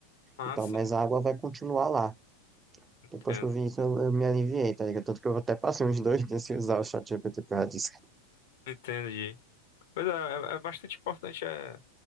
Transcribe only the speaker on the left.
Ah,
sim,
entendo.
Entendi. Pois é, é, é bastante importante eh,